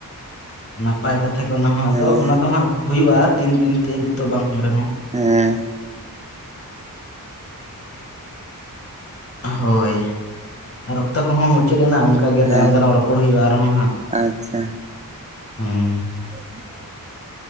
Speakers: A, on the left (about 40°); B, on the right (about 20°).
A: ᱱᱟᱯᱟᱭ ᱠᱟᱛᱷᱟ ᱜᱮ ᱚᱱᱟ ᱦᱚᱸ
B: ᱦᱮᱸ
A: ᱟᱫᱚ ᱚᱱᱟ ᱫᱚ ᱦᱟᱸᱜᱼᱼ ᱦᱩᱭᱩᱜᱼᱟ ᱫᱤᱱ ᱫᱤᱱ ᱛᱮ ᱱᱤᱛᱚᱜ ᱵᱟᱝ ᱨᱮᱦᱚᱸ
B: ᱦᱮᱸᱻ
A: ᱦᱳᱭ ᱟᱨ ᱚᱠᱛᱚ ᱠᱚᱦᱚᱸ ᱢᱩᱪᱟᱹᱫ ᱮᱱᱟ ᱚᱱᱟᱼᱼ ᱚᱱᱠᱟᱜᱮ
B: ᱦᱮᱸ
A: ᱛᱟᱭᱚᱢ ᱫᱟᱨᱟᱢ ᱨᱚᱯᱚᱲ ᱦᱩᱭᱩᱜᱼᱟ ᱟᱨᱦᱚᱸ ᱦᱟᱸᱜ
B: ᱟᱪᱪᱷᱟ
A: ᱦᱩᱸᱼᱼ
B: <inaudible>